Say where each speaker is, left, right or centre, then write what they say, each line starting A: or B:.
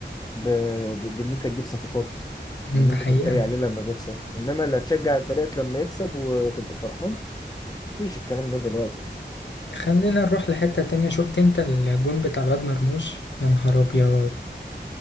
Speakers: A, on the left; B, on the left.
A: ب... ب- بان انت تجيب صفقات
B: م،
A: بان
B: ده
A: انت
B: حقيقة
A: تتريق عليه لما بيخسر انما لا تشجع فريقك لما يكسب وتبقى فرحان مفيش الكلام ده دلوقتي
B: خلينا نروح لحتة تانية شفت انت الجون بتاع الواد مرموش يا نهار أبيض